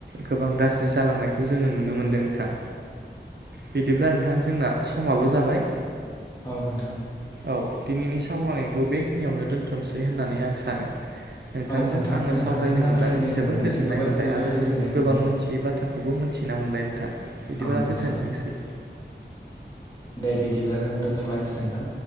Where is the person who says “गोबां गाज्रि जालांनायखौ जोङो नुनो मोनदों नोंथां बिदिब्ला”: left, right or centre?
Right